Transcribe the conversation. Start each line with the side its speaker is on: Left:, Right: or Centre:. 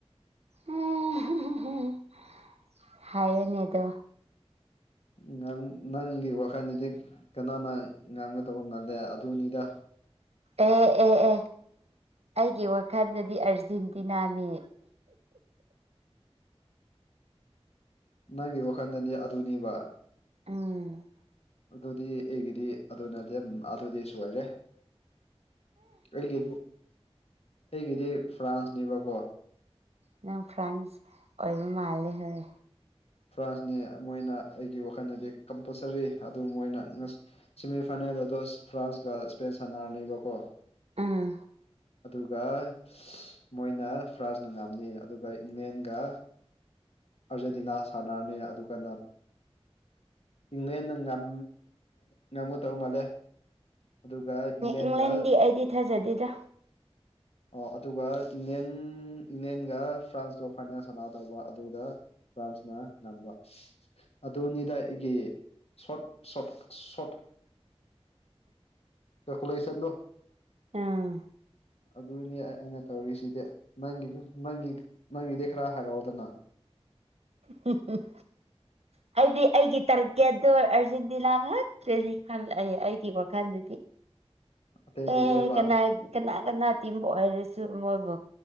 Right: ꯍꯥ ꯍꯥ ꯍꯥ ꯍ ꯍ ꯍꯥꯏꯌꯨꯅꯦ ꯑꯗꯣ
Left: ꯉꯝ ꯅꯪꯒꯤ ꯋꯥꯈꯜꯗꯗꯤ ꯀꯅꯥꯅ ꯉꯥꯝꯒꯇꯧꯕ ꯃꯥꯜꯂꯦ ꯑꯗꯨꯅꯤꯗ
Right: ꯑꯦ ꯑꯦ ꯑꯦ ꯑꯩꯒꯤ ꯋꯥꯈꯜꯗꯗꯤ ꯑꯔꯖꯦꯟꯇꯤꯅꯥꯅꯤ
Left: ꯅꯪꯒꯤ ꯋꯥꯈꯟꯗꯅꯗꯤ ꯑꯗꯨꯅꯦꯕ
Right: ꯎꯝ
Left: ꯑꯗꯨꯗꯤ ꯑꯩꯒꯤꯗꯤ ꯑꯗꯨ ꯅꯠꯇꯦ ꯑꯗꯨꯗꯤ ꯁꯣꯏꯔꯦ ꯑꯩꯒꯤꯕꯨ ꯑꯩꯒꯤꯗꯤ ꯐ꯭ꯔꯥꯟꯁꯅꯦꯕꯀꯣ
Right: ꯅꯪ ꯐ꯭ꯔꯦꯟꯁ ꯑꯣꯏꯕ ꯃꯥꯜꯂꯦ ꯍꯣꯢ
Left: ꯐ꯭ꯔꯥꯟꯁꯅꯦ ꯃꯣꯏꯅ ꯑꯩꯒꯤ ꯋꯥꯈꯟꯗꯗꯤ ꯀꯝꯄꯜꯁꯔꯤ ꯑꯗꯨ ꯃꯣꯏꯅ ꯁꯦꯃꯤꯐꯥꯏꯅꯦꯜ ꯑꯗꯣ ꯑꯁ ꯐ꯭ꯔꯥꯟꯁꯀ ꯁ꯭ꯄꯦꯟ ꯁꯥꯟꯅꯔꯅꯤꯕꯀꯣ
Right: ꯎꯝ
Left: ꯑꯗꯨꯒ ꯁꯤ ꯃꯣꯏꯅ ꯐ꯭ꯔꯥꯟꯁꯅ ꯉꯝꯅꯤ ꯑꯗꯨꯒ ꯏꯪꯂꯦꯟꯒ ꯑꯥꯔꯖꯦꯟꯇꯤꯅꯥ ꯁꯅꯔꯅꯤ ꯑꯗꯨ ꯀꯥꯟꯗ ꯏꯪꯂꯦꯟꯅ ꯉꯝ ꯉꯝꯒꯗꯧ ꯃꯥꯜꯂꯦ ꯑꯗꯨꯒ ꯏꯪꯂꯦꯟꯒ
Right: ꯏꯪꯂꯦꯟꯗꯤ ꯑꯩꯗꯤ ꯊꯥꯖꯗꯦꯗ
Left: ꯑꯣ ꯑꯗꯨꯒ ꯏꯪꯂꯦꯟ ꯏꯪꯂꯦꯟꯒ ꯐ꯭ꯔꯥꯟꯁꯇꯣ ꯐꯥꯏꯅꯦꯜ ꯁꯅꯥ ꯗꯧꯕ ꯑꯗꯨꯗ ꯐ꯭ꯔꯥꯟꯁꯅ ꯉꯝꯕ ꯑꯗꯨꯅꯤꯗ ꯑꯩꯒꯤ ꯁꯣꯔꯠ ꯁꯣꯔꯠ ꯁꯣꯔꯠ ꯀꯥꯀꯨꯂꯦꯁꯟꯗꯣ
Right: ꯎꯝ
Left: ꯑꯗꯨꯅꯤ ꯑꯩꯅ ꯇꯧꯔꯤꯁꯤꯗꯤ ꯅꯪꯒꯤꯗꯤ ꯅꯪꯒꯤ ꯅꯪꯒꯤꯗꯤ ꯈꯔ ꯍꯥꯏꯔꯛꯑꯣꯗꯅ
Right: ꯍꯨꯡ ꯍꯨꯡ ꯍꯨꯡ <unintelligible> ꯑꯩꯗꯤ ꯑꯩꯒꯤ ꯇꯥꯔꯒꯦꯠꯇꯣ ꯑꯥꯔꯖꯦꯟꯇꯤꯅꯥ ꯉꯥꯛ ꯇꯅꯤ ꯈꯜꯂꯦ ꯑꯩꯒꯤ ꯋꯥꯈꯜꯗꯗꯤ
Left: ꯑꯇꯩ ꯂꯩꯇꯦꯕ
Right: ꯑꯦ ꯀꯅꯥ ꯀꯅꯥ ꯀꯅꯥ ꯇꯤꯝ ꯑꯣꯏꯔꯁꯨ ꯃꯣꯏꯕꯨ